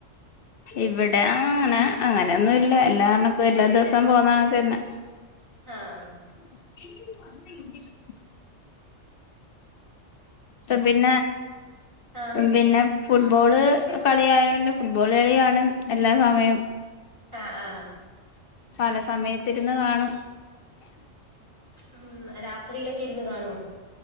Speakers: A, on the left; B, on the right.
A: ഇവിടെ അങ്ങനെ അങ്ങനെയൊന്നും ഇല്ല എല്ലാർണക്കും എല്ലാ ദിവസം പോന്നമാറിക്കെന്നെ
B: ആഹ്
A: <inaudible> പിന്നെ
B: ആഹ്
A: പിന്നെ ഫുട്ബോള് കളിയായൊണ്ട് ഫുട്ബോള് കളിയാണ് എല്ലാ സമയം
B: ആഹ് ആഹ്
A: പല സമയത്തിരുന്ന് കാണും
B: ഉം രാത്രിയിലൊക്കെ ഇരുന്ന് കാണുവോ